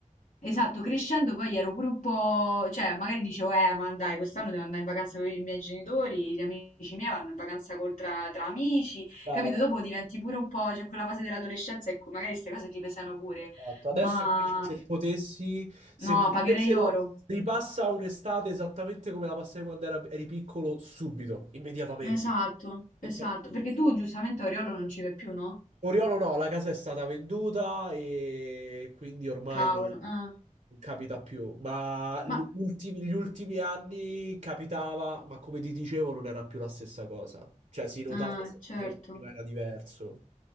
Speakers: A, on the left (about 80°); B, on the right (about 65°).
A: Esatto, crescendo poi ero pure un po', cioè magari dicevo, eh, ma dai, quest'anno devo andare in vacanza con i miei genitori, gli amici miei vanno in vacanza col- tra, tra amici,
B: brava.
A: capito? Dopo diventi pure un po', c'è quella fase dell'adolescenza in cui magari queste cose ti pesano pure,
B: esatto. Adesso
A: ma
B: invece se potessi, se
A: no,
B: mi dicessero
A: pagherei oro.
B: ripassa un'estate esattamente come la passai quando era- eri piccolo, subito, immediatamente.
A: Esatto, esatto,
B: Senza pensare.
A: perché tu giustamente Oriolo non ci vai più, no?
B: Oriolo no, la casa è stata venduta e quindi ormai
A: Cavolo,
B: non
A: ah,
B: capita più. Ma gli
A: ma,
B: ultimi, gli ultimi anni capitava, ma come ti dicevo non era più la stessa cosa. Cioè si notava
A: ah, certo.
B: che prima era diverso.